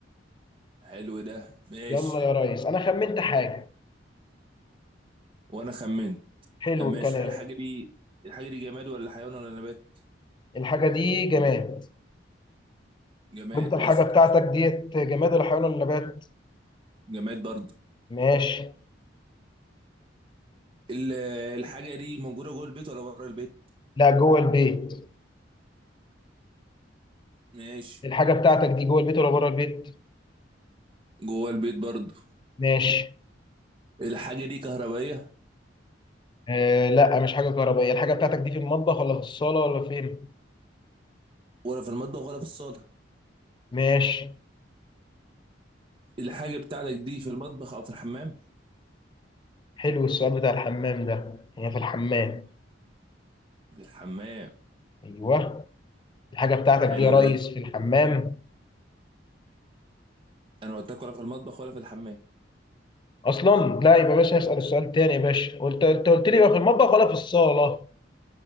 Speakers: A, on the right; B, on the left.
A: حلو ده ماشي
B: يلا يا ريس انا خمنت حاجه
A: وانا خمنت
B: حلو
A: ماشي
B: الكلام
A: هل الحاجة دي الحاجة دي جماد ولا حيوان ولا نبات؟
B: الحاجة دي جماد
A: جماد
B: وانت الحاجة
A: اسأل
B: بتاعتك ديت جماد ولا حيوان ولا نبات
A: جماد برضه
B: ماشي
A: ال- الحاجة دي موجودة جوه البيت ولا بره البيت؟
B: لا جوه البيت
A: ماشي
B: الحاجة بتاعتك دي جوه البيت ولا بره البيت
A: جوه البيت برضه
B: ماشي
A: الحاجة دي كهربائية
B: آه لا مش حاجة كهربائية الحاجة بتاعتك دي في المطبخ ولا في الصالة ولا فين
A: ولا في المطبخ ولا في الصالة؟
B: ماشي
A: الحاجة بتاعتك دي في المطبخ أو في الحمام؟
B: حلو السؤال بتاع الحمام ده هي في الحمام
A: في الحمام
B: ايوه الحاجة بتاعتك
A: حلو
B: دي يا ريس
A: ده
B: في الحمام
A: أنا قلت لك ولا في المطبخ ولا في الحمام
B: اصلا لا يبقى باشا اسأل السؤال تاني يا باشا قلت انت قلت لي يبقى في المطبخ ولا في الصالة